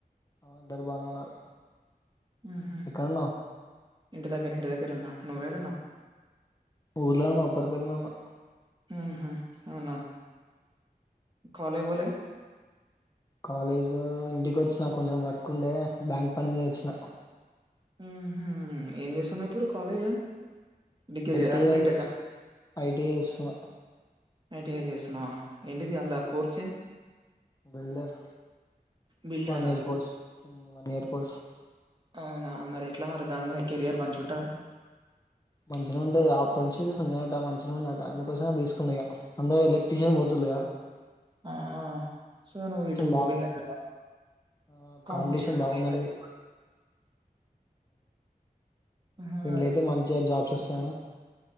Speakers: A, on the left (about 25°); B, on the right (about 30°).
A: ఆద్దర్ బానన్నారు
B: ఉహు
A: ఇక్కడన్నా
B: ఇంటి దగ్గర ఇంటి దగ్గర అన్న నువ్వేడ నువ్
A: ఊర్లో ఉన్నా ఉప్పరిపల్లిలో ఉన్నా
B: ఉహు అవునా కాలేజకే పోలా
A: కాలేజ్ ఇంటికి వచ్చినా కొంచెం వర్క్ ఉండే బ్యాంక్ పని మీద వచ్చినా
B: ఉ ఏం చేస్తున్నా్ ఇప్పుడు కాలేజ్ డిగ్రీయా
A: ఐడిస్
B: బీటెకా
A: ఐడిస్ చస్తున్నా
B: ఐటిఐ చేస్తున్నా ఏంటిది అల్లా కోర్చు
A: బల్డర్
B: బిల్డరా
A: వన్ year course one year course
B: అవునా మరి ఎట్లా మరి దానిలోద కెరయర్ పంచి ఉంటుందా
A: మంచిగా ఉంటంది ఆపర్చునిటీస్ ఉన్నాయట మంచిగానే ఉండట అందుకోసం తీసుకున్నా అందరు ఎలక్ట్రిషియన్ పోతు లేద
B: ఆ సో నువ్ ఇటు
A: బాగా
B: బిల్డర్
A: ఆ
B: కాంపిటీషన్
A: కాంపిటీేషన్ బాగుందండి
B: దేనికంటే అదే
A: దీంట్లో అయితే మంచిగా జాబ్స్ వస్తాయని